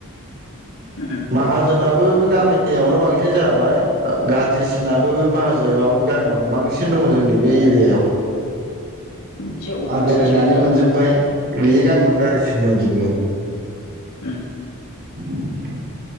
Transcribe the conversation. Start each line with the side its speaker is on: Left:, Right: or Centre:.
Left: उम
Right: माहाजोनाबो गामियावनो बांसिन जाबाय गाज्रिसिनाबो माहाज माब गामियावनो बांसिन दङ जोंनि बे एरियायाव
Left: एसे अख्रा
Right: आं बेरायनानै
Left: साइस मोनो आं
Right: मोनजोब्बाय बेगां <unintelligible> मोनग आरो स दजोबो
Left: उम
Right: उ <inaudible>